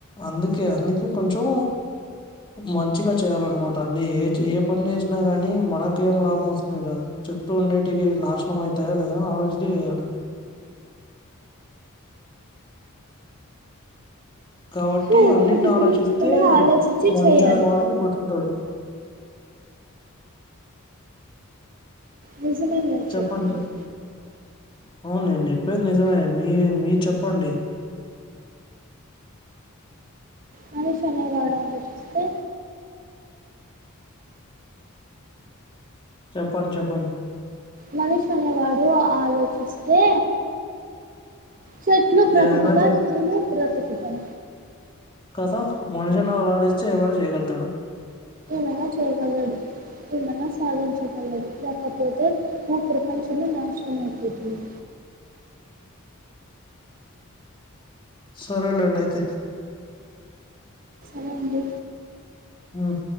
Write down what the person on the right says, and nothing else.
హో,
వాటి
గురించి కూడా ఆలోచించి
చేయాలి
నిజమే మీరు
చెప్పింది
మనిషనేవాడు ఆలోచిస్తే
మనిషి అనేవాడు ఆలోచిస్తే చెట్లు బ్రతుకుతాయ్
మనము బ్రతుకుతాం
అల చేయగలదు ఏమనా సాధించగలడు లేకపోతే బు ప్రపంచంలో నాశనం అయిపోతుంది
సరే అండి